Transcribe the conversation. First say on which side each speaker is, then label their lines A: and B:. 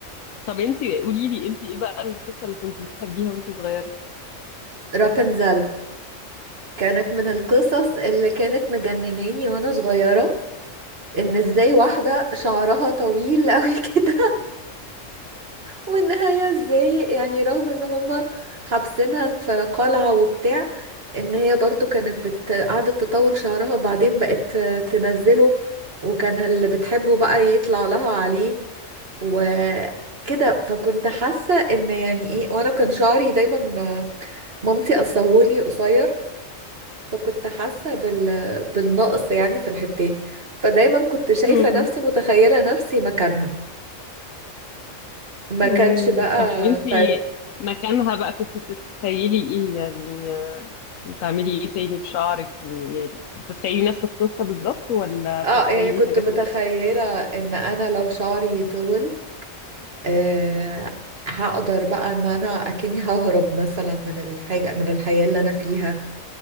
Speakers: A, on the left (about 80°); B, on the right (about 50°).
A: طب انتي قولي لي انتي ايه بقى القصة اللي كنتي بتحبيها وانتي صغيرة
B: رابنزل كانت من القصص اللي كانت مجنناني وانا صغيرة ان ازاي واحدة شعرها طويل قوي <laughs> كده والنهاية ازاي يعني رغم ان هما حابسينها في قلعة وبتاع ان هي برضو كانت بت... قعدت تطول شعرها وبعدين بقت تنزله وكان اللي بتحبه بقى يطلع لها عليه وكده فكنت حاسة ان يعني ايه وانا كان شعري دايما مامتي قصاهولي قصير فكنت حاسة بال... بالنقص يعني في الحتة دي فدايما كنت شايفة
A: مم.
B: نفسي متخيلة نفسي مكانها ما
A: مم.
B: كانش بقى
A: طب لو انتي
B: فرق
A: مكانها بقى كنتي بتتخيلي ايه يعني بتعملي ايه تاني بشعرك ويعني بتتخيلي نفس القصة بالظبط ولا
B: اه
A: بتتخيلي
B: يعني كنت
A: حاجات
B: متخيلة
A: مختلفة
B: ان انا لو شعري طول آه هقدر بقى ان انا اكني ههرب مثلا من الحاجة من الحياة اللي انا فيها